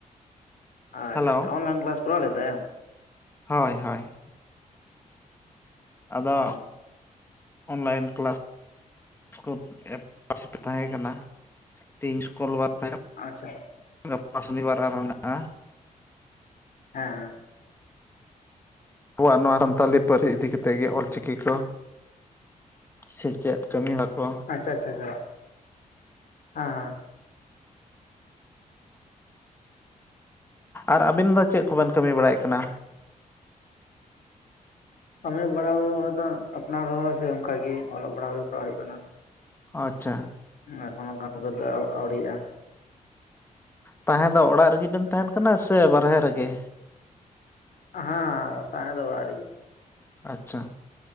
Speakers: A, on the left; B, on the left.
A: ᱟᱪᱪᱷᱟ
B: ᱦᱮᱞᱳ
A: ᱟᱪᱪᱷᱟ ᱚᱱᱞᱟᱭᱤᱱ ᱠᱞᱟᱥ ᱠᱚᱨᱟᱣ ᱞᱮᱫ ᱛᱟᱦᱮᱱᱟᱢ
B: ᱦᱳᱭ ᱦᱳᱭ ᱟᱫᱚ
A: ᱚ
B: ᱚᱱᱞᱟᱭᱤᱱ ᱠᱞᱟᱥ <unintelligible> ᱛᱟᱦᱮᱸ ᱠᱟᱱᱟ ᱛᱮᱦᱮᱧ ᱥᱩᱠᱚᱞ ᱵᱟᱨ ᱛᱟᱦᱮ
A: ᱟᱪᱪᱷᱟ
B: ᱜᱟᱯᱟ ᱥᱚᱱᱤᱵᱟᱨ ᱟᱨᱦᱚᱸ ᱢᱮᱱᱟᱜᱼᱟ
A: ᱦᱮᱸ
B: ᱟᱵᱚᱣᱟᱜ ᱱᱚᱣᱟ ᱥᱟᱱᱛᱟᱞᱤ ᱯᱟᱹᱨᱥᱤ ᱤᱫᱤ ᱠᱟᱛᱮ ᱜᱮ ᱚᱞ ᱪᱤᱠᱤ ᱠᱚ ᱥᱮᱪᱮᱫ ᱠᱟᱹᱢᱤ ᱵᱟᱠᱚ
A: ᱟᱪᱪᱷᱟ ᱟᱪᱪᱷᱟ ᱟᱪᱪᱷᱟ ᱦᱮᱸ ᱦᱮᱸ
B: ᱟᱨ ᱟᱵᱤᱱ ᱫᱚ ᱪᱮᱫ ᱠᱚᱵᱮᱱ ᱠᱟᱹᱢᱤ ᱵᱟᱲᱟᱭᱮᱫ ᱠᱟᱱᱟ
A: ᱠᱟᱹᱢᱤ ᱵᱟᱲᱟ ᱫᱚ ᱟᱯᱱᱟᱨᱦᱚᱸ ᱥᱮ ᱚᱱᱠᱟᱜᱮ ᱚᱞᱚᱜ ᱯᱟᱲᱦᱟᱜ ᱜᱮ ᱠᱚᱨᱟᱣ ᱦᱩᱭᱩᱜ ᱠᱟᱱᱟ᱾
B: ᱟᱪᱪᱷᱟ
A: ᱮᱠᱷᱚᱱ ᱠᱟᱹᱢᱤ ᱠᱚ ᱫᱚ ᱟᱣᱨᱤᱜᱼᱟ
B: ᱛᱟᱦᱮᱸ ᱫᱚ ᱚᱲᱟᱜ ᱨᱮᱜᱮ ᱵᱮᱱ ᱛᱟᱦᱮᱱ ᱠᱟᱱᱟ ᱥᱮ ᱵᱟᱨᱦᱮ ᱨᱮᱜᱮ
A: ᱦᱮᱸ ᱛᱟᱦᱮ ᱫᱚ ᱚᱲᱟᱜ ᱨᱮᱜᱮ᱾
B: ᱟᱪᱪᱷᱟ